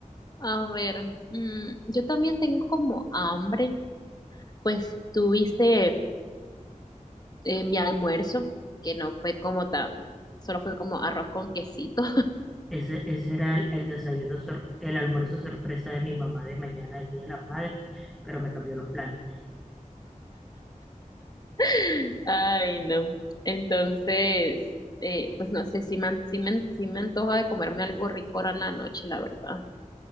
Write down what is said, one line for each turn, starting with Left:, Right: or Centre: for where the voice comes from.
Left: A ver, mm, yo también tengo como hambre, pues tuviste eh, mi almuerzo, que no fue como tan, solo fue como arroz con quesito.
Centre: Ese, ese era el, el desayuno, sor- el almuerzo sorpresa de mi mamá de mañana, el Día de las Madres, pero me cambió los planes.
Left: <laughs> Ay, no. Entonces, eh, pues no sé, si me, an- sí me, an- sí me antoja de comerme algo rico ahora en la noche, la verdad.